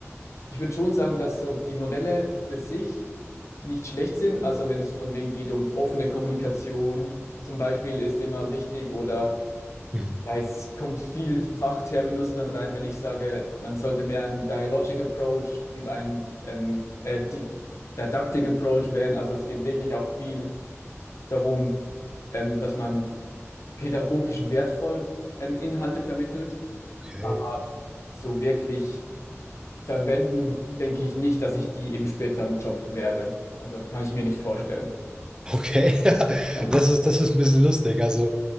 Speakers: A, on the left; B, on the right.
A: ich würde schon sagen, dass so die Modelle für sich nicht schlecht sind. Also wenn es von wegen geht um offene Kommunikation zum Beispiel ist immer wichtig oder
B: mhm,
A: ja, es kommt viel Fachterminus dann rein, wenn ich sage, man sollte mehr einen Dialogic Approach über einen ähm, äh, Di- Didactic Approach wählen. Also es geht wirklich auch viel darum, ähm, dass man pädagogisch wertvoll ähm, Inhalte vermittelt,
B: okay.
A: aber so wirklich verwenden, denke ich nicht, dass ich die im späteren Job werde. Also kann ich mir nicht vorstellen.
B: Okay, <laughs> ja,
A: Spannend.
B: das ist, das ist ein bisschen lustig. Also,